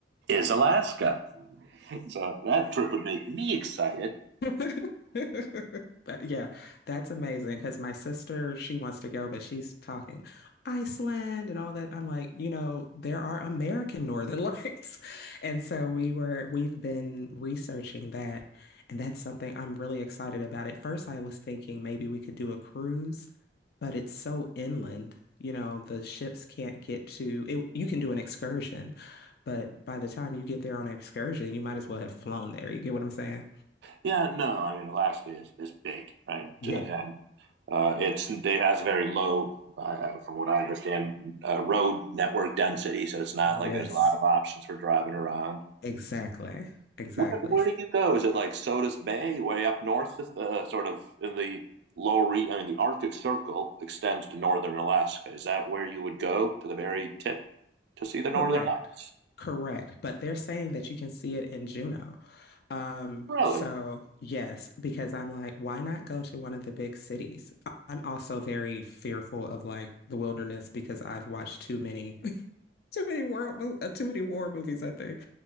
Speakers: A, on the right (about 65°); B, on the left (about 55°).
A: is Alaska. So that trip would make me excited.
B: <laughs> But yeah, that's amazing because my sister, she wants to go, but she's talking Iceland and all that. I'm like, you know, there are American Northern <laughs> Lights. And so we were, we've been researching that. And that's something I'm really excited about. At first, I was thinking maybe we could do a cruise, but it's so inland. You know, the ships can't get to it. You can do an excursion, but by the time you get there on an excursion, you might as well have flown there. You get what I'm saying?
A: Yeah, no, I mean Alaska is, is big, right?
B: Yeah.
A: Uh, and Uh, it's it has very low, uh, from what I understand, uh, road network density, so it's not
B: Yes,
A: like there's a lot of options for driving around.
B: exactly. Exactly.
A: Where, where
B: S-
A: do you go? Is it like Sodus Bay, way up north, uh, sort of in the lower re- I mean, the Arctic Circle extends to northern Alaska. Is that where you would go to the very tip to see the northern
B: Correct.
A: lights?
B: Correct. But they're saying that you can see it in Juneau. Um,
A: Really?
B: so yes, because I'm like, why not go to one of the big cities? I'm also very fearful of like the wilderness because I've watched too many, <laughs> too many world, mo uh, too many war movies, I think.